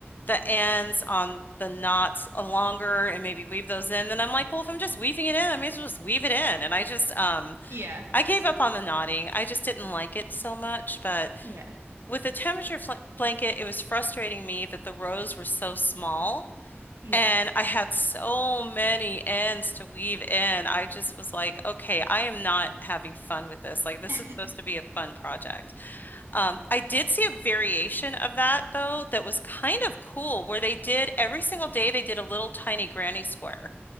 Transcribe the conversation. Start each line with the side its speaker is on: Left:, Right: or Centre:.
Left: the ends on the knots a longer and maybe weave those in, then I'm like, well, if I'm just weaving it in, I may as well just weave it in. And I just, um,
Right: Yeah.
Left: I gave up on the knotting. I just didn't like it so much. But
Right: Yeah.
Left: with the temperature fl blanket, it was frustrating me that the rows were so small
Right: Yeah.
Left: and I had so many ends to weave in. I just was like, okay, I am not having fun with this. Like, this
Right: <laughs>
Left: is supposed to be a fun project. Um, I did see a variation of that though that was kind of cool where they did every single day they did a little tiny granny square